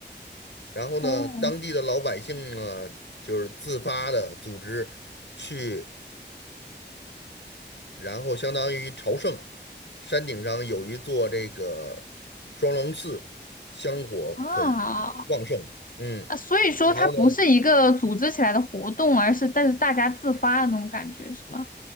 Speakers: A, on the left; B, on the left.
A: 然后呢，
B: 哦
A: 当地的老百姓呢，就是自发的组织去，然后相当于朝圣，山顶上有一座这个双龙寺，香火很旺盛，
B: 啊，
A: 嗯，
B: 啊所以说它不是一个组织起来的活动，
A: 然后呢，
B: 而是但是大家自发的那种感觉，是吗？